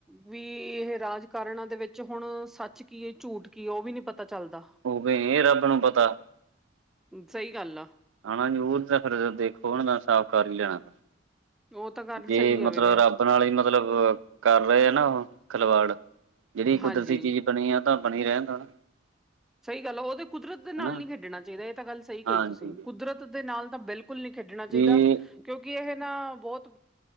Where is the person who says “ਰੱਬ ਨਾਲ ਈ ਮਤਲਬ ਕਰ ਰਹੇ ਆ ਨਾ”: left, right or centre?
Right